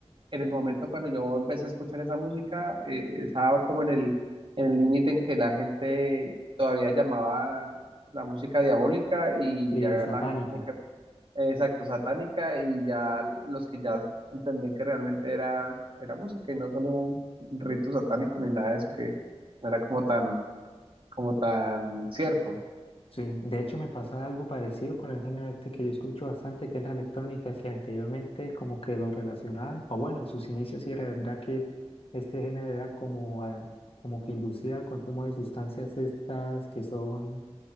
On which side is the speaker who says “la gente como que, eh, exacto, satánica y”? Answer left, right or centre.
Right